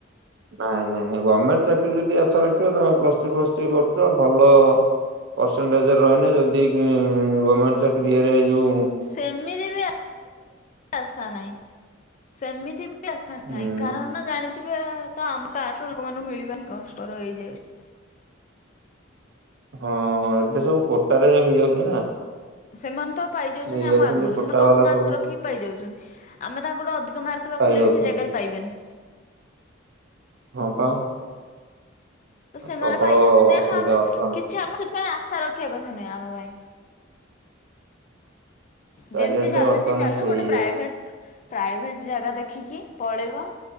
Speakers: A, on the right; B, on the left.
A: ନାଇଁ ନାଇଁ ନାଇଁ ଗର୍ମେଣ୍ଟ ଚାକିରି ବି ଆଶା ରଖିବ ତମେ ପ୍ଲସ୍ ଥ୍ରି ଫ୍ଲସ୍ ଥ୍ରୀ କରୁଛ ଭଲ ପରସେଣ୍ଟେଜ୍ ରହିଲେ ଯଦି ହୁମ୍ ଗମେଣ୍ଟ ଚାକିରି ଇଏରେ ଯଉ
B: ସେମିତି ବି ଆ ଆଶା ନାହିଁ ସେମିତି ବି ଆଶା
A: ହୁଁ
B: ନାଇଁ କାରଣ ଜାଣିଥିବେ ଏ ତ ଆମ କାଷ୍ଟର ଲୋକ ମାନଙ୍କୁ ମିଳିବା ହିଁ କଷ୍ଟ ର ହୋଇଯାଉଛି।
A: ହଁ ଏବେ ସବୁ କୋଟାରେ ହେଇଯାଉଛି ନା।
B: ସେମାନେ ତ ପାଇ ଯାଉଛନ୍ତି
A: ନେଇଯାଉଛନ୍ତି
B: ଆମ ଆଗରୁ,
A: କୋଟା
B: ସେମାନେ କମ
A: ବାଲା
B: ମାର୍କ
A: ସବୁ
B: ରଖି ପାଇ ଯାଉଛନ୍ତି। ଆମେ ତାଙ୍କ ଠୁଁ ଅଧିକ ମାର୍କ ରଖିଲେ
A: ପାଇଯାଉଛନ୍ତି
B: ବି ସେ ଜାଗାରେ ପାଇବାନି।
A: ହଁ ପା।
B: ସେମାନେ
A: ପ୍ରବଳ
B: ପାଇ ଯାଉଛନ୍ତି,
A: ଅସୁବିଧା
B: ହଁ ଆମେ
A: ବର୍ତ୍ତମାନ
B: କିଛି ଆମ ସେଥିପାଇଁ ଆଶା ରଖିବା କଥା ନୁହେଁ ଆମ ପାଇଁ।
A: ଚାରିଆଡେ
B: ଯେମତି ଚାଲୁଛି
A: ବର୍ତ୍ତମାନ
B: ଚାଲୁ,
A: ସେଇ
B: ଗୋଟେ
A: ଇଏ
B: ପ୍ରାଇଭେଟ୍ ପ୍ରାଇଭେଟ୍ ଜାଗା ଦେଖିକି ପଳେଇବ,